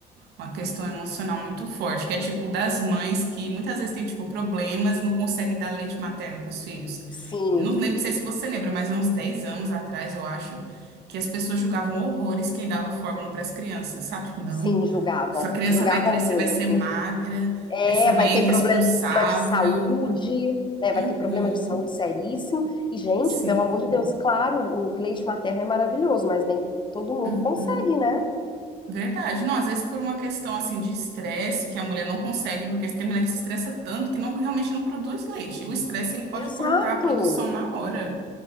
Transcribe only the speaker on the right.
uma questão emocional muito forte, que é tipo das mães que muitas vezes têm tipo problemas e não conseguem dar leite materno para os filhos.
Não lembro, não sei se você lembra, mas há uns 10 anos atrás, eu acho, que as pessoas julgavam horrores quem dava fórmula para as crianças, sabe? Tipo, não,
sua criança
vai crescer,
vai ser magra,
essa mãe
é irresponsável.
Uhum.
Sim.
Uhum,
verdade. Não, às vezes por uma questão assim de estresse que a mulher não consegue, porque tem mulher que se estressa tanto que não realmente não produz leite. O estresse ele pode
cortar a produção na hora.